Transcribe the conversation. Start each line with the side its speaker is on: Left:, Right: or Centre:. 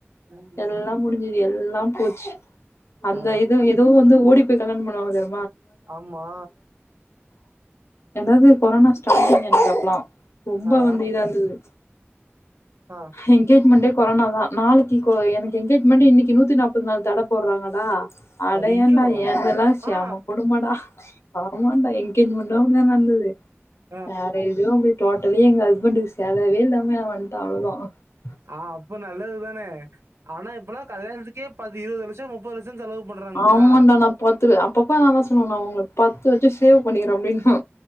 Right: ம்
Left: எல்லா முடிஞ்சுது எல் எல்லாம் போச்சு அந்த
Right: ஆ
Left: இதுவு ஏதோ வந்து ஓடி கடன் பணுவாங்க தோரா
Right: ஆமா
Left: ஏதாவது கொரோனா ஸங்க எனக்கு அப்புலாம் ரொம்ப
Right: ஆ
Left: வந்து இதா இருந்தது
Right: ஆ
Left: எனங்கேஜ்மெண்டே கொரோனா தான் நாளைக்கு எனக்கு எனங்கேஜ்மெண்ட் இன்க்கு நூத்தி நாற்பது அடையன்டா
Right: ஐயோ
Left: ஏந்தெல்லாம் சாம
Right: ஆ
Left: குடும்மாடா ஆமாடா எங்கேஸ்மென்ட் அப்படிதா நடந்தது
Right: ஆ
Left: <unintelligible> டோட்டலி எ ஹஸ்பெ்டுக்கு செலவே இல்லாமே நான் வந்துட்டு அவ்வளதான் ஆ
Right: ஆஹ் இப்ப நல்லது தானே ஆனா இப்பாம் கல்யாணத்துக்கே பதி இருபது லட்சம் முப்பது லட்சோ செலவு பண்றாங்கக்கா
Left: ஆமாடா நான் பத்து அப்பப்ப நான் தான் சொல்லுவேன் நான் உங்களுக்கு பத்து சேவ் பண்ணிக்கோம் அப்படின்னா